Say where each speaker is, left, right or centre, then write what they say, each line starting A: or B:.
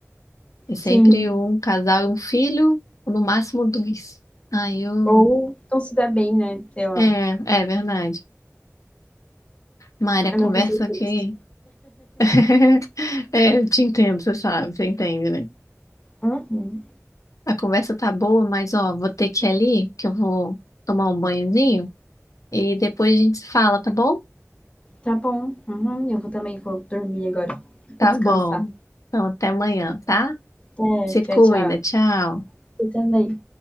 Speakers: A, on the left; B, on the left.
A: É sempre
B: Sim,
A: um casal e um filho, ou no máximo dois. Aí eu.
B: ou não se dá bem, né, sei lá.
A: É, é verdade. Mária,
B: Eu
A: a conversa
B: não passei por
A: aqui.
B: isso.
A: <laughs> É, eu te entendo, você sabe, você entende, né?
B: Uhum.
A: A conversa tá boa, mas ó, vou ter que ir ali, que eu vou tomar um banhozinho e depois a gente se fala, tá bom?
B: Tá bom, uhum, eu vou também vou dormir agora. <laughs>
A: Tá
B: Descansar.
A: bom. Então até amanhã, tá?
B: É,
A: Se
B: tchau,
A: cuida,
B: tchau.
A: tchau.
B: Você também.